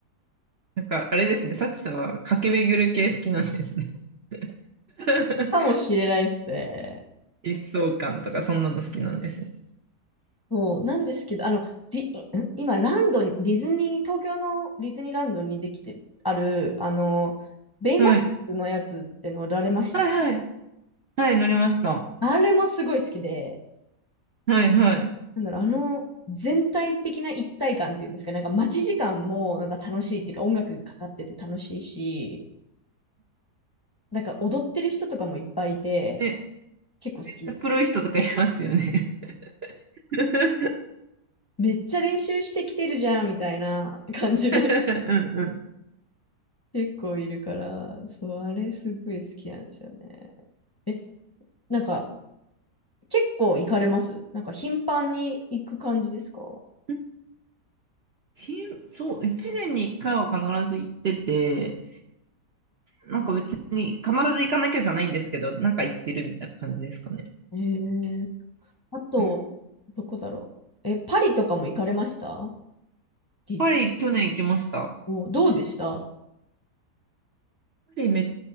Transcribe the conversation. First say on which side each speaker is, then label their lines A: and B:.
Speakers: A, on the right; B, on the left.
A: なんか、あれですね、サチさんは駆け巡る系好きなんですね。<laughs>
B: かもしれないですね。
A: 疾走感とか、そんなの好きなんですね。
B: そう、なんですけど、あの、ディ、ん今、ランドに、ディズニー、東京のディズニーランドにできてる、ある、あの、ベイマックスのやつって乗られました
A: はいはいはい。はい、乗りました。
B: あれもすごい好きで、
A: はいはい。
B: なんだろう、あの全体的な一体感っていうんですか、なんか待ち時間もなんか楽しいっていうか、音楽かかってて楽しいし、なんか踊ってる人とかもいっぱいいて、
A: ね、
B: 結構好き。
A: めっちゃプロい人とかいますよね。<laughs>
B: めっちゃ練習してきてるじゃんみたいな <laughs> 感じの
A: うんうん
B: 結構いるから、そう、あれすごい好きなんですよね。え、なんか結構行かれますなんか頻繁に行く感じですか
A: うん。ひ、そう、一年に一回は必ず行ってて、なんか別に必ず行かなきゃじゃないんですけど、なんか行ってるみたいな感じですかね。
B: えー、あと、
A: うん
B: どこだろう。え、パリとかも行かれましたディズニー。
A: パリ去年行きました。
B: お、どうでした
A: パリめ、